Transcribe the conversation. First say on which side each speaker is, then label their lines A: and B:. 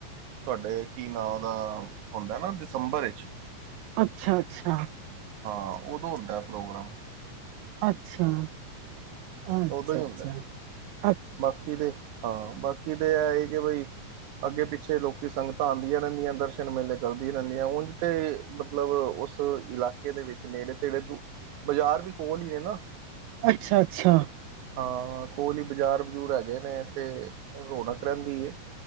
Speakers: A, on the right; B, on the right.
A: ਤੁਹਾਡੇ ਕੀ ਨਾਂ ਉਹਦਾ ਹੁੰਦਾ ਹੈ ਨਾ ਦਸੰਬਰ ਵਿੱਚ।
B: ਅੱਛਾ-ਅੱਛਾ
A: ਹਾਂ ਓਦੋਂ ਹੁੰਦਾ ਪ੍ਰੋਗਰਾਮ।
B: ਅੱਛਾ ਅੱਛਾ-ਅੱਛਾ
A: ਉਦੋਂ ਹੀ ਹੁੰਦਾ ਬਾਕੀ ਦੇ ਹਾਂ ਬਾਕੀ ਤੇ ਇਹ ਹੀ ਹੈ ਕਿ ਬਈ ਅੱਗੇ ਪਿੱਛੇ ਲੋਕੀ ਸੰਗਤਾਂ ਆਂਦੀਆਂ ਰਹਿੰਦੀਆਂ ਦਰਸ਼ਨ ਮੇਲੇ ਕਰਦੀ ਹੀ ਰਹਿੰਦੀਆਂ ਉਂਝ ਤੇ ਮਤਲਬ ਉਸ ਇਲਾਕੇ ਦੇ ਵਿੱਚ ਨੇੜੇ ਤੇੜੇ ਤੋਂ ਬਾਜ਼ਾਰ ਵੀ ਕੋਲ ਹੀ ਐ ਨਾ।
B: ਅੱਛਾ-ਅੱਛਾ
A: ਹਾਂ, ਕੋਲ ਹੀ ਬਾਜ਼ਾਰ ਬਜੂਰ ਹੈਗੇ ਨੇ ਤੇ ਰੌਣਕ ਰਹਿੰਦੀ ਹੈ।